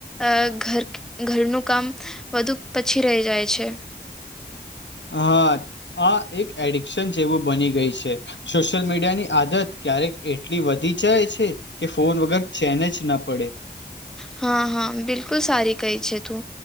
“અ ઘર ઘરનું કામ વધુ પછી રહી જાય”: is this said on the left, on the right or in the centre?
Centre